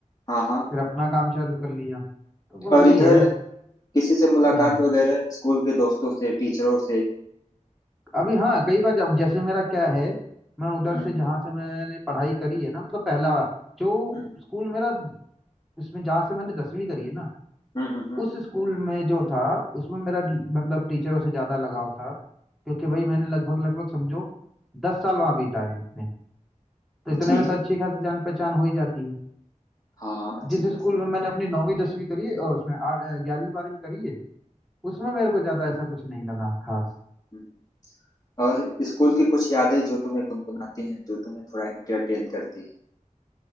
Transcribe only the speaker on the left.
हाँ हाँ
और
इधर
किसी से मुलाकात
वगैरह स्कूल के दोस्तों से टीचरों से
हम्म
हम्म
हम्म हम्म, हम्म,
जी
जी
हाँ अच्छी
खासी
हम्म, और स्कूल की कुछ यादें जो तुम्हें गुनगुनाती हैं जो तुम्हें थोड़ा इंटरटेन करती हैं